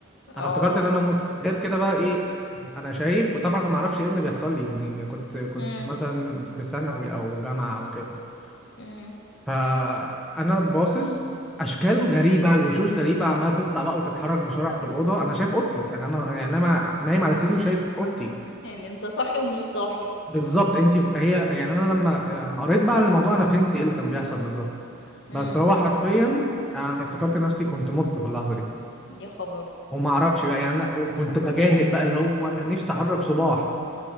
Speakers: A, on the left (about 55°); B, in the centre.
A: اه
B: انا افتكرت ان انا مت غير كده بقى ايه انا شايف وطبعا انا ما اعرفش ايه اللي بيحصل لي يعني كنت كنت
A: امم
B: مثلا في ثانوي او جامعه او كده
A: امم
B: فانا باصص اشكال غريبه ووشوش غريبه عماله تطلع بقى وتتحرك بسرعه في الاوضه انا شايف اوضتي يعني انا يعني انا نايم على سريري وشايف اوضتي
A: يعني انت صاحي ومش صاحي
B: بالظبط انت ف- هي يعني انا لما لما قريت بقى عن الموضوع انا فهمت ايه اللي كان بيحصل بالظبط
A: امم
B: بس هو حرفيا انا افتكرت نفسي كنت مت في اللحظه دي
A: يا خبر
B: وما اعرفش بقى يعني انا وكنت بجاهد بقى اللي هو انا نفسي احرك صباح